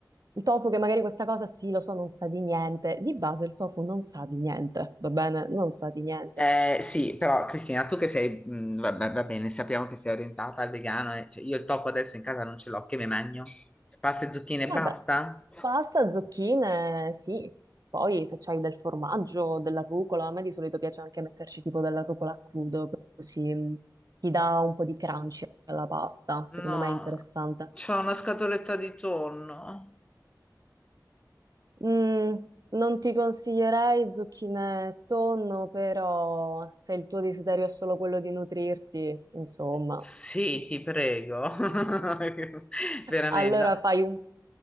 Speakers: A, on the right; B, on the left.
A: Il tofu che magari questa cosa sì, lo so, non sa di niente. Di base il tofu non sa di niente, va bene? Non sa di niente.
B: Eh, sì, però Cristina, tu che sei, mh, va, va- va bene, sappiamo che sei orientata al vegano, eh, cioè, io il tofu adesso in casa non ce l'ho, che me magno? Cioè, Pasta e zucchine
A: Vabbè,
B: e basta?
A: pasta, zucchine, sì. Poi se c'hai del formaggio, della rucola, a me di solito piace anche metterci tipo della rucola a crudo, così mh, ti dà un po' di crunchy alla pasta, secondo
B: No,
A: me è interessante.
B: c'ho una scatoletta di tonno.
A: Mm, non ti consiglierei zucchine e tonno, però se il tuo desiderio è solo quello di nutrirti, insomma,
B: Sì, ti prego. <laughs> Veramente,
A: allora
B: no.
A: fai un